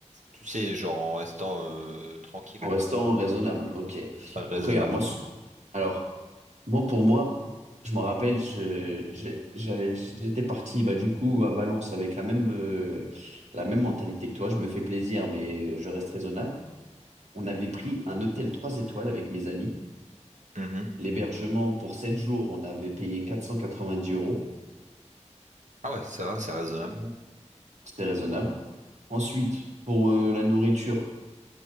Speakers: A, on the right; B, on the right.
A: tu sais, genre en restant euh, tranquille,
B: en restant raisonnable. Ok.
A: raisonnable.
B: Donc regarde, moi, s-
A: ouais.
B: alors moi pour moi, je m'en rappelle, je, j'ai- j'allais, j'étais parti bah du coup à Valence avec la même, euh, la même mentalité que toi. Je me fais plaisir, mais euh, je reste raisonnable. On avait pris un hôtel trois étoiles avec mes amis.
A: Mhm.
B: L'hébergement pour 7 jours, on avait payé 490 euros.
A: Ah ouais, ça va, c'est raisonnable. ouais.
B: C'était raisonnable. Ensuite, pour euh, la nourriture,